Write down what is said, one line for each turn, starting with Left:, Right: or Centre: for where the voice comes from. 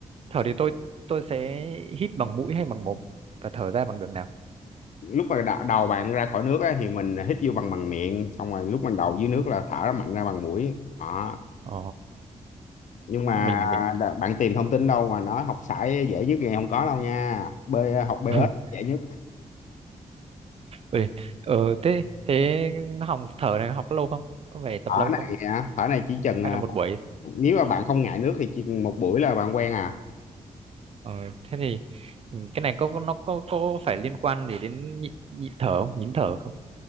Right: thở thì tôi tôi sẽ hít bằng mũi hay bằng mồm và thở ra bằng đường nào?
Left: lúc mà đ- đầu bạn ra khỏi nước á, thì mình hít vô bằng bằng miệng xong rồi lúc mình đầu dưới nước là thở mạnh ra bằng mũi đó
Right: Ờ,
Left: nhưng mà
Right: Thế mình mình
Left: đ- bạn tìm thông tin đâu mà nói học sải dễ nhất thì không có đâu nha bơi học bơi
Right: <laughs>
Left: ếch dễ nhất
Right: Ui, ờ, thế thế học thở này học lâu không? Có phải tập
Left: thở
Right: lâu
Left: này
Right: không?
Left: á, thở này chỉ chừng
Right: Hay
Left: à,
Right: là một buổi?
Left: nếu mà bạn không ngại nước thì chỉ một buổi là bạn quen à
Right: Ờ, thế thì ừ, cái này có có- nó có có phải liên quan gì đến nhịn, nhịn thở không? Nhịn thở không?